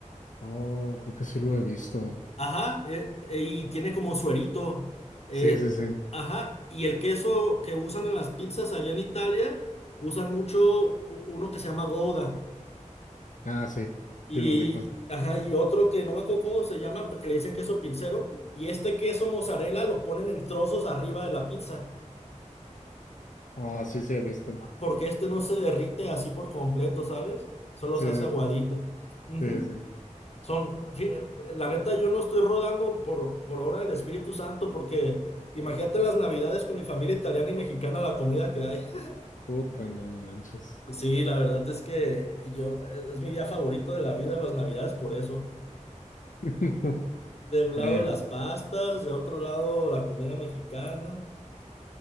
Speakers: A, on the left (about 80°); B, on the left (about 55°).
A: Oh, creo que sí lo he visto.
B: Ajá, eh, eh, y tiene como suerito. eh,
A: Sí, sí, sí.
B: ajá, y el queso que usan en las pizzas allá en Italia, usan mucho u- uno que se llama Gouda.
A: Ah, sí.
B: Y,
A: Sí lo ubico.
B: ajá, y otro que no me acuerdo cómo se llama, que le dicen queso pizzero. Y este queso mozzarella lo ponen en trozos arriba de la pizza.
A: Ah, sí, sí he visto.
B: porque este no se derrite así por completo, ¿sabes? Solo
A: Sí,
B: se hace aguadito.
A: sí,
B: Ujú.
A: sí, sí.
B: Son, fí- eh, la neta, yo no estoy rodando por, por obra del Espíritu Santo, porque imagínate las navidades con mi familia italiana y mexicana, la comida que hay. <laughs>
A: Puta, no manches.
B: Sí, la verdad es que yo, es es mi día favorito de la vida, las navidades, por eso.
A: <laughs>
B: De un
A: Eh,
B: lado las pastas, de otro lado la comida mexicana.